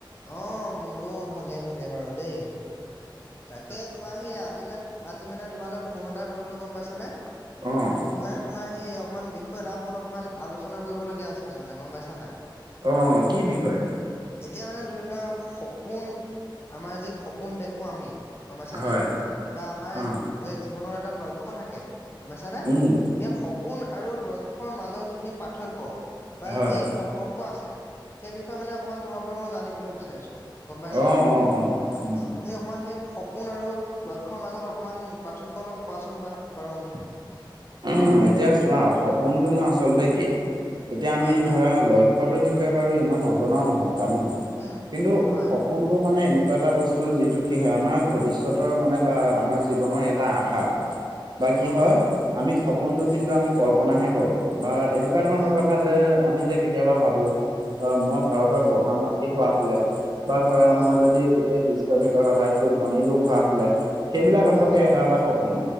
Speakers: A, on the left (about 30°); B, on the right (about 55°).
A: অ মোৰো ভালেই ভালেই বাৰু দেই। তাকে তোমাৰ সেই আজিলৈ আজি মানে তোমালে ফোন এটা কৰিলো গম পাইছানে
B: অ'।
A: মোৰ মানে তোমাৰ সেই অকনমান বিষ য়ে ওপৰত অকণমান আলোচনা কৰিবলগীয়া আছিলে মানে গম পাইছা নাই।
B: অ কি বিষয়?
A: এতিয়া মানে ধৰি লোৱা সপোন আমাৰ যি সপোন দেখো আমি, গমপাইচা
B: হয়,
A: নাই বা আমাৰ
B: অ',
A: যে জীৱনৰ এটা লক্ষ্য থাকে, গমাইছানে
B: উম,
A: সেই সপোন আৰু লক্ষ্যৰ মাজৰ যিখিনি পাৰ্থক্য বা
B: হয়,
A: যি সম্পৰ্ক আছে সেই বিষয়ে মানে অকমান তোমাৰ পৰা মই জানিবলৈ বিচাৰিছো। গম পাইছা
B: অ', অ', অ', উম।
A: অ তুমি অকমান সেই সপোন আৰু লক্ষ্যৰ মাজত অকণমান পাৰ্থক্য অলপ কোৱাচোন বা বাৰু মোক।
B: উ
A: হয়
B: এতিয়া চোৱা সপোনটোনো আচলতে কি এতিয়া
A: হয়
B: আমি
A: হয়
B: ধৰা লক্ষ্যটোৰ বিষয়ে বাৰু ইমান নজনাও নহয় জানো
A: উম
B: কিন্তু
A: হয়
B: সপোন টো মানে এনেকুৱা এটা বস্তু যিটো কি হয় আমাৰ ভৱিষ্যতৰ মানে বা আমাৰ জীৱনৰ এটা এটা আষা বা কি
A: অঁ
B: হয় সপোনতটো
A: উম
B: কিন্তু আমি কল্পনাহে কৰো, বা এনেকুৱা ধৰণৰ
A: হয়
B: ওপত কথা যে আমি যে কেতিয়াবা ভাবো অ মই ভাৰতৰ
A: অঁ
B: প্ৰধান মন্ত্ৰী হোৱা হলে, বা ধৰা
A: অঁ
B: মই যদি গোটেই বিশ্বৰ ভিতৰত আটাইতকৈ ধনী লোক হোৱা হলে, সেইবিলাক আচলতে
A: অঁ
B: এটা এটা সপোন